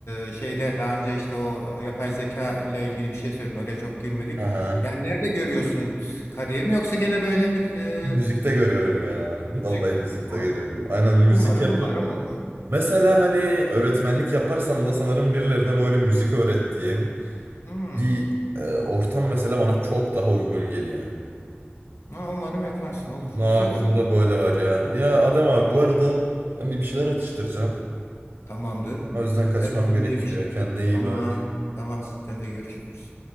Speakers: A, on the left; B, on the right.
A: e, şeyde daha önce işte o yapay zeka ile ilgili bir şey söyledin. Oraya çok girmedik.
B: Aha.
A: Yani nerede görüyorsun kariyerini? Yoksa gene böyle mi? e,
B: Müzikte görüyorum ya. <laughs> Vallahi
A: müzik
B: müzikte
A: umarım,
B: görüyorum. Aynen müzik
A: umarım,
B: yapıp
A: umarım olur.
B: Mesela hani öğretmenlik yaparsam da sanırım birilerine böyle müzik öğrettiğim
A: Hmm.
B: bir e, ortam mesela bana çok daha uygun geliyor.
A: Ha, umarım yaparsın. Olur.
B: Ama
A: Güzel
B: aklımda
A: olur.
B: böyle var ya. Ya Adem abi bu arada ben bir bir şeyler atıştıracağım.
A: Tamamdır.
B: O yüzden kaçmam
A: Ben az
B: gerekiyor.
A: önce yemiştim.
B: Kendine iyi
A: Tamam.
B: bak.
A: Tamam. Sen de görüşürüz.